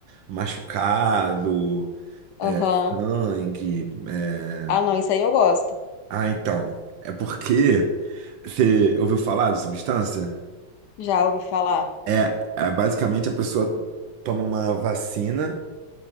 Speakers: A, on the right; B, on the left.
A: machucado,
B: Aham.
A: é, sangue. é.
B: Ah, não, isso aí eu gosto.
A: Ah, então, é porque você ouviu falar de substância?
B: Já ouvi falar.
A: É, é, basicamente a pessoa toma uma vacina